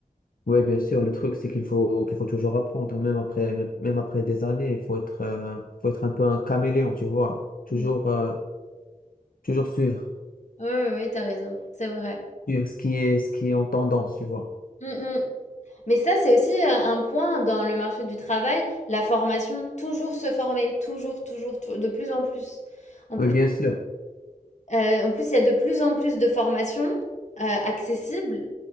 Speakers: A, on the left; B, on the left.
A: Oui, bien sûr, le truc, c'est qu'il faut, qu'il faut toujours apprendre, hein, même après, même même après des années. Il faut être, euh, faut être un peu un caméléon, tu vois. Toujours,
B: Oui,
A: euh, toujours suivre,
B: oui, oui, t'as raison, c'est vrai.
A: suivre ce qui est, ce qui est en tendance, tu vois.
B: Mm, mm. Mais ça, c'est aussi euh, un point dans le marché du travail, la formation, toujours se former, toujours, toujours, tou- de plus en plus. En
A: Oui,
B: plus,
A: bien sûr.
B: euh, en plus, il y a de plus en plus de formations euh, accessibles.